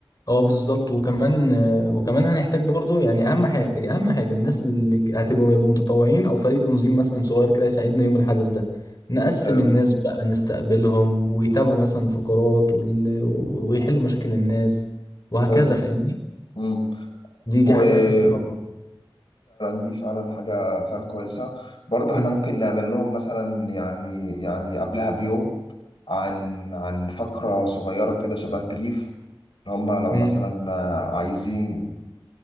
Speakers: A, on the left (about 45°); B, on the left (about 65°).
A: اه بالظبط وكمان آه، وكمان هنحتاج برضو يعني اهم حاجة اهم حاجة الناس
B: مم.
A: اللي هتبقوا يبقوا متطوعين او فريق تنظيم مثلا صغير كده يساعدنا يوم الحدث ده نقسم
B: حلو
A: الناس بقى نستقبلهم ويتابعوا مثلا الفقرات وال... ويحلوا مشاكل الناس وهكذا
B: حلو
A: فاهمني
B: امم
A: دي دي
B: وفعلا
A: حاجة أساسية طبعا
B: دي فعلا حاجة فعلا كويسة برضو
A: مم.
B: احنا ممكن نعمل لهم مثلا يعني يعني قبلها بيوم عن عن فقرة صغيرة كده شبه بريف هم لو
A: مم.
B: مثلا عايزين